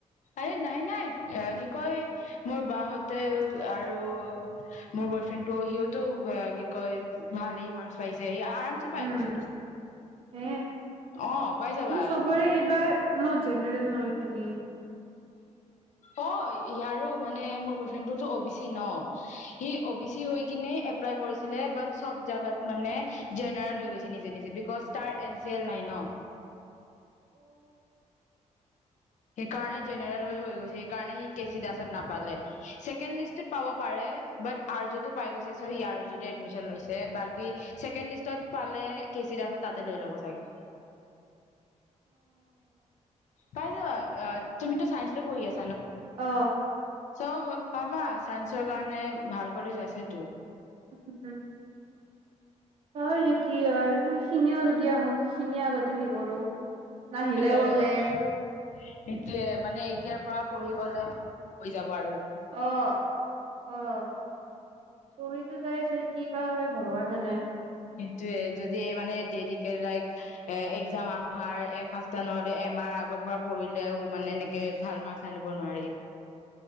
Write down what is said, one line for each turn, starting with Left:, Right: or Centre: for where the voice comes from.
Left: এ নাই নাই অ কি কয় মোৰ বাহঁতে আৰু মোৰ বয়ফ্ৰেণ্ড টো সিহতো কি কয় ভালেই মাৰছ পাইছে আৰামছে পাই
Right: উম
Left: গৈছে তো
Right: হে
Left: অ পাই যাবা
Right: কিন্তু চবৰে এইবাৰ মই জেনেৰেল নয়ছে ন
Left: অ ইয়াৰ মানে মোৰ েটোতো অবিচি ন সি অবি চি হৈ কিনে এপ্লাই কৰিছিলে ব চব জোগাত মানে জেনেৰেল হৈ গৈছিল নিজে নিজে বিকজ তাৰ এন চি এল নাইন সেইকাৰণে জেনেৰেল হৈ হৈ গৈছে সেইকাৰণে সি কেচি ডাছত নাপালে ছেকেণ্ড লিষ্টত পাব পাৰে ব আযতো পাই গৈছে চ সি আৰ যদি এডমিশ্যন লৈছে বা ছেকেণ্ড লিষ্টত পালে কেচি দ আ তাতে লৈ ল'ব চাগে পাই যাবা তুমিতো চায়েঞ্চ লৈ পঢ়ি আছা
Right: অ
Left: চব পাবা চাইন্সৰ কাৰণে ভাল কলেজ আছেতো
Right: উম উম হয় কি হয় সেইখিনিও যদি আহক সিখিনিয়ে আগতে সেই কৰো নাহিলে
Left: অ
Right: বোলে
Left: এতিয়ে মানে এতিয়াৰ পৰা পঢ়ি গ'লে হৈ যাব আৰু
Right: অহ অহ পঢ়িটো চাই কি? অ হয় ভগৱান জানে
Left: সেইটোৱে যদি মানে দেৰি লাইক এ এক্জাম আহা এসপ্তাহ নহলে এমাহ আগৰ পৰা পঢ়িলেও মানে এনেকে ভাল মাৰ্কচ আনিব নোৱাৰে